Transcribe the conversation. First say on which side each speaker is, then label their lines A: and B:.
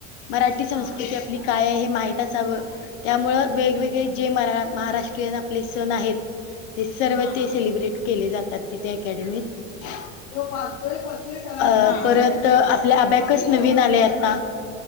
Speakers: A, on the left (about 60°); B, on the left (about 75°).
A: मराठी संस्कृती
B: हा
A: आपली, काय आहे हे माहित असावं. त्यामुळ वेगवेगळे जे महा, महाराष्ट्रीयन आपले सण आहेत, ते सर्व
B: हा
A: ते
B: हा.
A: सेलिब्रेट केले जातात तिथे अकॅडमीत. अ
B: हा
A: परत, आपल्या अबॅकस नवीन आले आता.